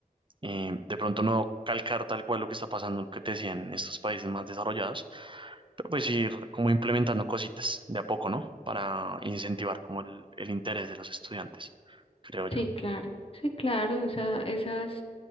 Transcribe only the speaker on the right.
Em, de pronto no calcar tal cual lo que está pasando, lo que te decían en estos países más desarrollados, pero pues ir como implementando cositas de a poco, ¿no? Para incentivar como el el interés de los estudiantes, creo yo.